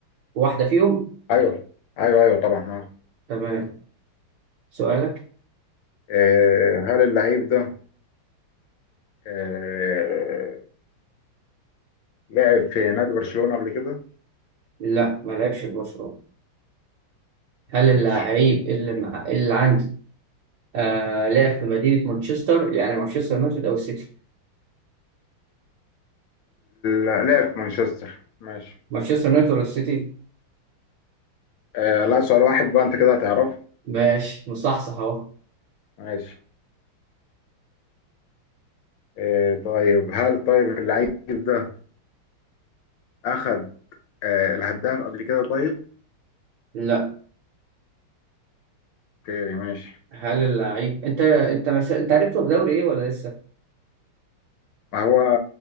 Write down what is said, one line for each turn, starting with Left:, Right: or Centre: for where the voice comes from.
Right: واحده فيهم
Left: ايوه ايوه ايوه طبعا آه،
Right: تمام سؤالك
Left: آه، هل اللعيب ده آه، لعب في نادي برشلونة قبل كده
Right: لا ما لعبش في برشلونه هل اللعيب
Left: ماشي
Right: اللي مع... اللي عندي آه لعب في مدينه مانشستر يعني مانشستر يونايتد او السيتي
Left: لا لعب في مانشستر ماشي
Right: مانشستر يونايتد ولا السيتي
Left: آه لا سؤال واحد بقى انت كده هتعرفه
Right: ماشي مصحصح اهو
Left: ماشي آه طيب هل طيب اللعيب ده اخد آه الهداف قبل كده طيب
Right: لا
Left: اوكي ماشي
Right: هل اللعيب انت انت مس... انت عرفته في دوري ايه ولا لسه
Left: ما هو